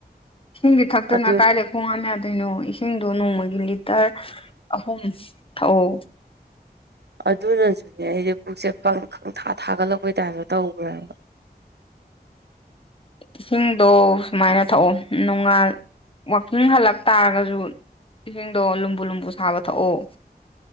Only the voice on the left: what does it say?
ꯏꯁꯤꯡꯗꯤ ꯊꯛꯇꯅꯥ
ꯀꯥꯏ <unintelligible> ꯈꯣꯡꯍꯥꯝ ꯌꯥꯗ꯭ꯔꯤꯅꯣ ꯏꯁꯤꯡꯗꯣ ꯅꯣꯡꯃꯒꯤ ꯂꯤꯇꯔ ꯑꯍꯨꯝ ꯊꯛꯑꯣ
ꯏꯁꯤꯡꯗꯣ ꯁꯨꯃꯥꯏꯅ ꯊꯛꯑꯣ ꯅꯣꯡꯉꯥꯜ ꯋꯥꯛꯀꯤꯡ ꯍꯜꯂꯛ ꯇꯥꯔꯒꯁꯨ ꯏꯁꯤꯡꯗꯣ ꯂꯨꯝꯕꯨ ꯂꯨꯝꯕꯨ ꯁꯥꯕ ꯊꯛꯑꯣ